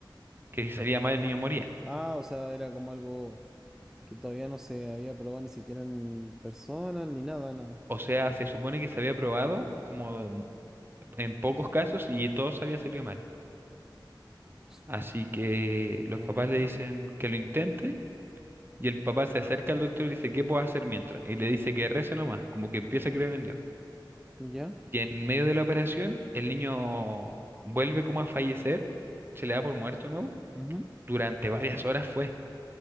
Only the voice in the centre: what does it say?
Ah, o sea, era como algo que todavía no se había probado ni siquiera en persona, ni nada, nada.
Os-
Bien.
¿Ya?
Ujú.